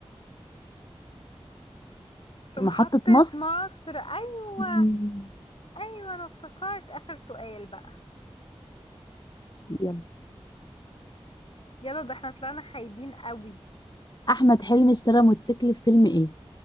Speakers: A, on the left; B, on the left.
A: في
B: في
A: محطة
B: محطة مصر
A: مصر ايوه
B: مم.
A: ايوه انا افتكرت اخر سؤال بقى
B: يلا
A: يلا ده احنا طلعنا خايبين قوي
B: احمد حلمي اشترى موتوسيكل في فيلم ايه